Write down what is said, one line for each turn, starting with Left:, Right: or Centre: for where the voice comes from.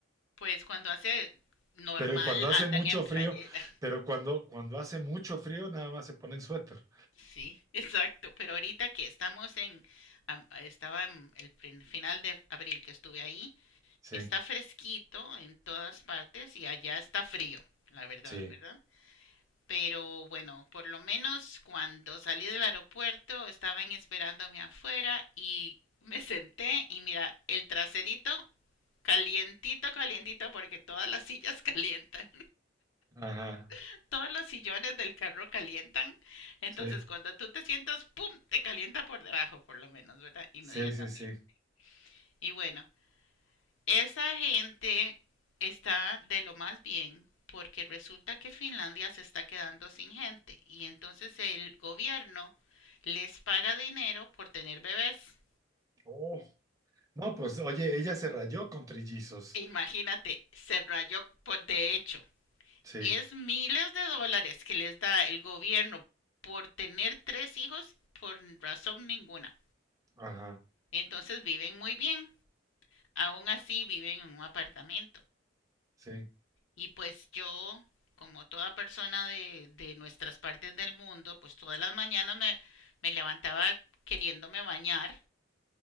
Left: Pues cuando hace normal
Right: Pero cuando
Left: andan
Right: hace mucho
Left: en playera.
Right: frío,
Left: <laughs>
Right: pero cuando, cuando hace mucho frío, nada más se ponen suéter.
Left: Sí, exacto. Pero ahorita que estamos en, am- estaba en el prin- final de abril que estuve ahí,
Right: Sí,
Left: está fresquito en todas partes y allá está frío, la verdad,
Right: sí,
Left: ¿verdad? Pero bueno, por lo menos cuando salí del aeropuerto estaban esperándome afuera y me senté y mira, el traserito calientito, calientito, porque todas las sillas calientan,
Right: ajá,
Left: <laughs> todos los sillones del carro calientan, entonces
Right: sí,
Left: cuando tú te sientas, ¡pum!, te calienta por debajo, por lo menos, ¿verdad? Inmediatamente.
Right: sí, sí, sí.
Left: Y bueno, Esa gente está de lo más bien porque resulta que Finlandia se está quedando sin gente y entonces el gobierno les paga dinero por tener bebés.
Right: Oh, no, pues oye, ella se rayó con trillizos.
Left: E imagínate, se rayó por, de hecho.
Right: Sí,
Left: Es miles de dólares que les da el gobierno por tener tres hijos por razón ninguna.
Right: ajá,
Left: Entonces viven muy bien. Aún así viven en un apartamento.
Right: sí,
Left: Y pues yo, como toda persona de, de nuestras partes del mundo, pues todas las mañanas me, me levantaba queriéndome bañar